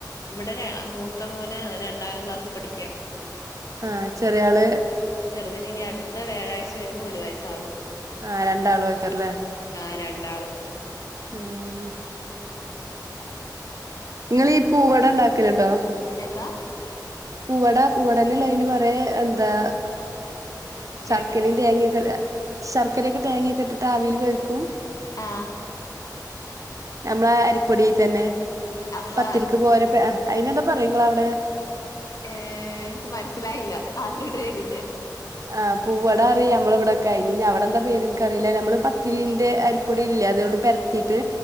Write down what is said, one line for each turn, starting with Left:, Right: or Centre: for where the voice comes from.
Left: ഇവിടെ ര മൂത്ത മോന് രണ്ടാം ക്ലാസ്സി പഠിക്കുവാ
Right: ആഹ് ചെറിയാള്
Left: ചെറുതിന് ഇനി അടുത്ത വ്യാഴാഴ്ച വരുമ്പോ ഒരു വയസ്സാകും
Right: ആഹ് രണ്ടാളും <unintelligible> റല്ലേ
Left: ആഹ് രണ്ടാള്
Right: ആഹ് നിങ്ങളീ പൂവട ഉണ്ടാക്കലുണ്ടോ
Left: എന്താ
Right: പൂവട പൂവടന്നല്ലേ അതിന് പറയാ എന്താ ശർക്കരയും
Left: കേട്ടിട്ടില്ല
Right: തേങ്ങയൊക്കെ, ശർക്കരയൊക്കെ തേങ്ങൊക്കെ ഇട്ടിട്ട് ആവില് വേവിക്കും
Left: ആഹ്
Right: നമ്മളെ അരിപ്പൊടിയി തന്നെ
Left: അപ്പൊ
Right: പത്തിരിക്ക് പോലെത്തെ അയിനെന്താ പറയിങ്ങളവിടെ?
Left: ഏഹ് എനിക്ക് മനസ്സിലായില്ല ആദ്യായിട്ട് കേക്കുന്നയാ
Right: ആഹ് പൂവടാ അറിയാം നമ്മള ഇവിടൊക്കെ, ഇനി അവിടെന്താ പേര് എനിക്ക അറിയില്ല നമ്മള് പത്തിരീന്റെ അരി പ്പൊടി ഇല്ലേ അതുകൊണ്ട് പരത്തിയിട്ട്